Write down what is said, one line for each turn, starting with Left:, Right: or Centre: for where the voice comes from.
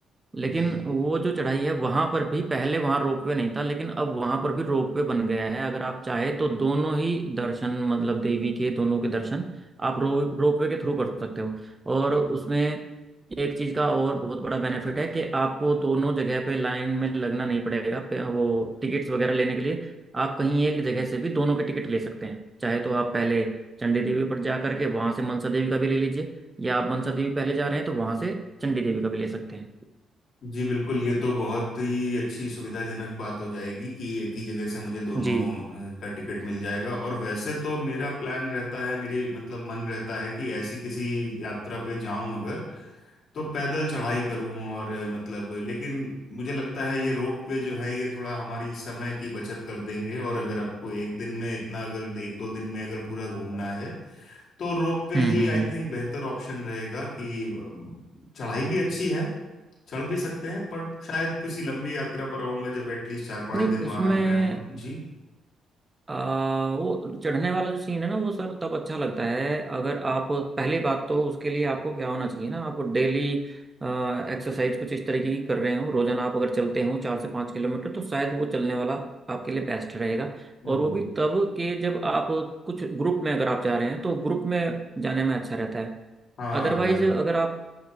Right: लेकिन
Left: जी
Right: वो जो चढ़ाई है वहां पर भी पहले वहां रोपवे नहीं था लेकिन अब वहां पर भी रोपवे बन गया है अगर आप चाहे तो दोनों ही दर्शन मतलब देवी के दोनों के दर्शन आप रो रोपवे के थ्रू कर सकते हो और उसमें एक चीज का और बहुत बड़ा बेनिफिट है कि आपको दोनों जगह पे लाइन में लगना नहीं पड़ेगा पे- वो टिकट्स वगैरह लेने के लिए आप कहीं एक जगह से भी दोनों के टिकट ले सकते हैं चाहे तो आप पहले चंडी देवी पर जा करके वहां से मनसा देवी का भी ले लीजिए या आप मनसा देवी पहले जा रहे हैं तो वहां से चंडी देवी का भी ले सकते हैं
Left: जी बिल्कुल ये तो बहुत ही अच्छी सुविधाजनक बात हो जाएगी कि एक ही जगह से मुझे दोनों
Right: जी
Left: अ, का टिकट मिल जाएगा और वैसे तो मेरा प्लान रहता है मेरी मतलब मन रहता है कि ऐसी किसी यात्रा पे जाऊं अगर तो पैदल चढ़ाई करूं और अ, मतलब लेकिन मुझे लगता है ये रोप वे जो है ये थोड़ा हमारी समय की बचत कर देंगे और अगर आपको एक दिन में इतना अगर एक दो दिन में अगर पूरा घूमना है तो रोप वे
Right: हम्म
Left: ही
Right: हम्म
Left: आई
Right: हम्म।
Left: थिंक बेहतर ऑप्शन रहेगा कि अ, चढ़ाई भी अच्छी है चढ़ भी सकते हैं पर शायद किसी लंबी यात्रा पर आऊंगा जब एटलीस्ट चार पांच
Right: नहीं
Left: दिन वहां
Right: उसमें
Left: रहूंगा जी
Right: आ, वो चढ़ने वाला जो सीन है ना वो सर तब अच्छा लगता है अगर आप पहली बात तो उसके लिए आपको क्या होना चाहिए ना आप डेली एक्सरसाइज कुछ इस तरीके की कर रहे हो रोजाना आप अगर चलते हो चार से पाँच किलोमीटर तो शायद वो चलने वाला आपके लिए बेस्ट रहेगा
Left: हम्म
Right: और वो
Left: हम्म
Right: भी तब के जब आप कुछ ग्रुप में अगर आप जा रहे हैं तो ग्रुप में जाने में अच्छा रहता है
Left: हाँ
Right: अदरवाइज
Left: अगर
Right: अगर आप